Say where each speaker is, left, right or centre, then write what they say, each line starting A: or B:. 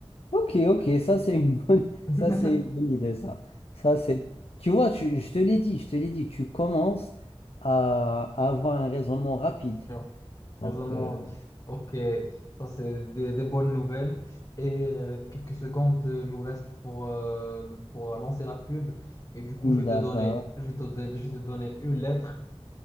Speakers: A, on the left; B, on the left.
A: Ok, ok, ça c'est une bonne, <laughs>
B: <laughs>
A: ça c'est une bonne idée, ça. Ça c'est, tu vois, tu, je te l'ai dit, je te l'ai dit, tu commences à, à avoir un raisonnement rapide.
B: Tu vois,
A: Donc,
B: raisonnement.
A: euh,
B: Ok, ça c'est des, des bonnes nouvelles. Et euh, quelques secondes nous restent pour, euh, pour lancer la pub. Et du coup, je vais
A: D'accord,
B: te donner, je vais te, don- je vais te donner une lettre.